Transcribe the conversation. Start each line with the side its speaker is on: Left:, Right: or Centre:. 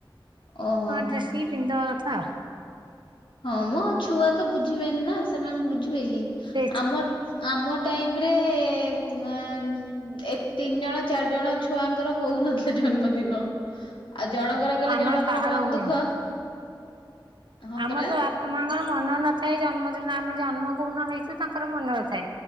Left: ଓହୋ
Right: ନୂଆ ଡ୍ରେସ ଟିକେ ପିନ୍ଧିଦବା କଥା।
Left: ହଁ ମୋ ଛୁଆ ତ ବୁଝିବେନି ନା ସେମାନେ ବୁଝିବେ କି
Right: ସେ
Left: ଆମ ଆମ ଟାଇମ ରେ ଅନ ଏ ତିନି ଜଣ ଚାରିଜଣ ଛୁଆଙ୍କର ହଉନଥିଲା ଜନ୍ମଦିନ। ଆଉ ଜଣଙ୍କର କଲେ,
Right: ଆମର
Left: ଜଣଙ୍କର
Right: କାହାର
Left: ମନ
Right: ହୁଏନି।
Left: ଦୁଃଖ। ହଁ
Right: ଆମର
Left: ପରା
Right: ତ ବାପା ମାଙ୍କର ମନ ନଥାଏ ଜନ୍ମଦିନ। ଆମେ ଜନ୍ମ କଉଁ ଦିନ ହେଇଛୁ, ତାଙ୍କର ମନ ନଥାଏ। ଥାଏ।